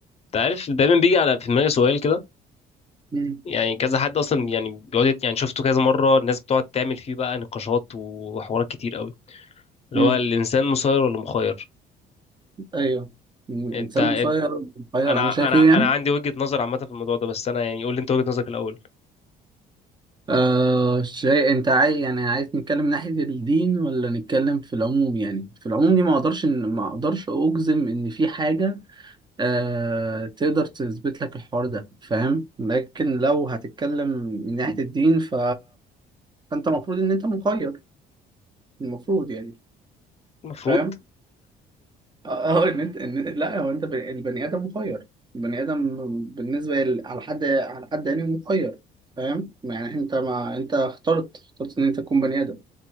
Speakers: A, on the left; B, on the right.
A: انت عارف دايما بيجي على في دماغي سؤال كده
B: مم.
A: يعني كذا حد اصلا يعني بيقعد يت- يعني شفته كذا مره الناس بتقعد تعمل فيه بقى نقاشات وحوارات كتير قوي اللي
B: مم.
A: هو الانسان مسير ولا مخير
B: ايوه الانسان
A: انت, انت
B: مسير مسير
A: انا
B: انا شايف
A: انا
B: ايه يعني
A: انا عندي وجهه نظر عامه في الموضوع ده بس انا يعني قول لي انت وجهه نظرك الاول
B: آه شيء انت عايز يعني عايز نتكلم من ناحية الدين ولا نتكلم في العموم يعني في العموم دي ما اقدرش إن- ما اقدرش اجزم ان في حاجة آه تقدر تثبت لك الحوار ده فاهم لكن لو هتتكلم من ناحية الدين ف... فانت المفروض ان انت مخير المفروض يعني
A: المفروض
B: فاهم اه ان انت إن... لا هو انت ب... البني ادم مخير البني ادم بالنسبه ل... على حد على حد يعني مخير فاهم يعني انت ما انت اخترت اخترت ان انت تكون بني ادم